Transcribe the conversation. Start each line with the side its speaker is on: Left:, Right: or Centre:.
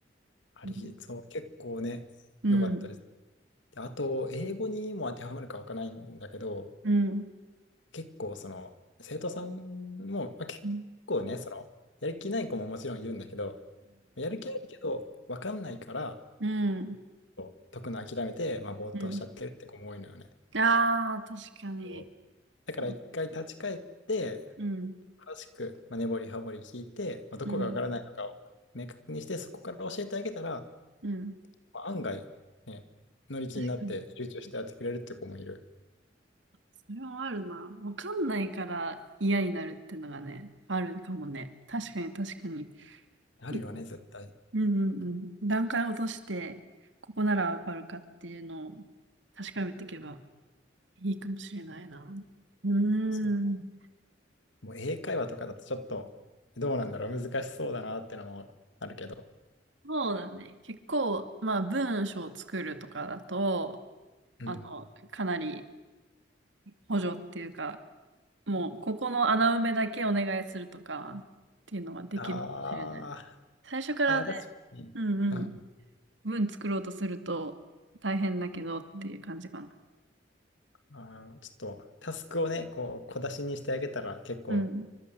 Left: あり、
Right: うん。
Left: そう、結構ね、
Right: うん。
Left: 良かったです。であと、英語にも当てはまるかわからないんだけど、
Right: うん。
Left: 結構その生徒さんも、まあ、結構ね、
Right: うん。
Left: そのやる気ない子ももちろんいるんだけど、やる気あるけど分かんないから
Right: うん。
Left: こう解くの諦めて、まあ、ぼーっとしちゃってるって子も多いのよね。
Right: うん。ああー、確かに。
Left: こう
Right: そう。
Left: だから一回立ち返って
Right: うん。
Left: 詳しく、まあ、根掘り葉掘り聞いて、まあ、どこが分からないのかを明確にしてそこから教えてあげたら、
Right: うん。うん。
Left: まあ、案外、ね、乗り気になって集中してやってくれるって子もいる。
Right: 確かに。それはあるな。わかんないから嫌になるってのがね、あるかもね。確かに確かに。
Left: あるよね、
Right: い、
Left: 絶対。
Right: うんうんうん。段階を落として、ここならわかるかっていうのを確かめていけばいいかもしれないな。うーん。
Left: そうもう英会話とかだとちょっとどうなんだろう、難しそうだなってのもあるけど。
Right: そうだね。結構、まあ文章を作るとかだと、
Left: うん。
Right: あの、かなり補助っていうか、もうここの穴埋めだけお願いするとかっていうのはできるかもしれない。
Left: あー
Right: 最初からね、
Left: あー、確かに。
Right: うんうん、
Left: うん、
Right: 文作ろうとすると大変だけどっていう感じかな。
Left: あの、ちょっとタスクをね、こう小出しにしてあげたら結構
Right: うん。